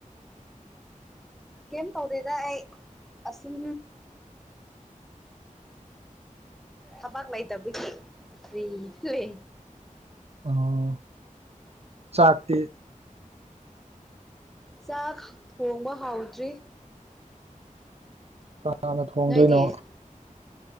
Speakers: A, in the centre; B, on the right.
A: ꯀꯩꯌꯝ ꯇꯧꯗꯦꯗ ꯑꯩ ꯑꯁꯨꯝ ꯊꯕꯛ ꯂꯩ ꯇꯕꯒꯤ ꯐ꯭ꯔꯤ ꯁꯨꯏ
B: ꯑꯣ ꯆꯥꯛꯇꯤ
A: ꯆꯥꯛ ꯊꯣꯡꯕ ꯍꯥꯎꯗ꯭ꯔꯤ
B: ꯅꯥꯅ ꯊꯣꯡꯗꯨꯏꯅꯣ
A: ꯅꯣꯏꯗꯤ